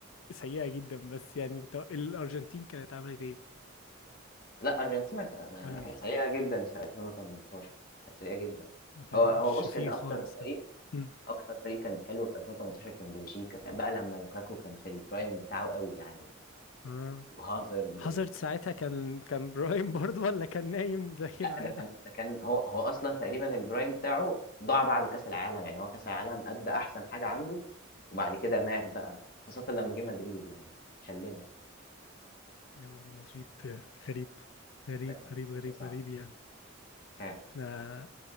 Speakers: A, on the left; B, on the left.
A: سيئة جدا بس يعني أنت الأرجنتين كانت عملت إيه
B: لا ارجنتينا كا- ما
A: ولا
B: كانت
A: مش
B: سيئه جدا في 2018 كانت سيئه جدا
A: ما كانش
B: هو هو بص
A: فيه
B: اللي
A: خالص
B: اكتر فريق
A: امم
B: اكتر فريق كان حلو في 2018 كان بلجيكا بقى لما لوكاكو كان في البرايم بتاعه قوي يعني
A: اه
B: وهازارد
A: هازارد ساعتها كان كان برايم برضه ولا كان نايم زي العادة
B: لأ ده كان ده كان هو هو أصلًا تقريبًا الprime بتاعه ضاع بعد كاس العالم، يعني هو كاس العالم أدّى أحسن حاجة عنده، وبعد كده مات بقى، خاصةً لمّا جه مدريد يعني شلّنا،
A: لما جه مدريد آه، غريب غريب
B: ده كان
A: غريب غريب
B: شيء صعب
A: غريب يعني
B: فعلًا.
A: آه